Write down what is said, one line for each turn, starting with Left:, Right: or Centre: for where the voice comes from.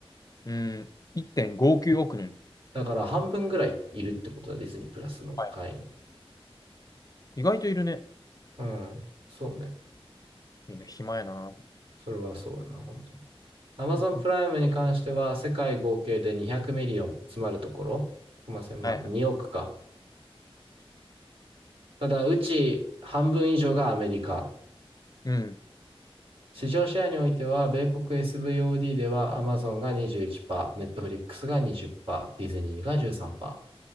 Left: うん。1.59億人。
Right: だから半分ぐらいいるってことだ、ディズニープラスの会員。
Left: はい。意外といるね。
Right: うん、そうね。
Left: みんな暇やな。
Right: それはそうだな、本当。Amazon
Left: <laughs>
Right: プライムに関しては、世界合計で200ミリオン、つまるところ、すいません、
Left: はいはい。
Right: まあ2億か。ただ、うち半分以上がアメリカ。
Left: うん。
Right: 市場シェアにおいては、米国 SVOD では Amazon が21%、Netflix が20%、ディズニーが13%。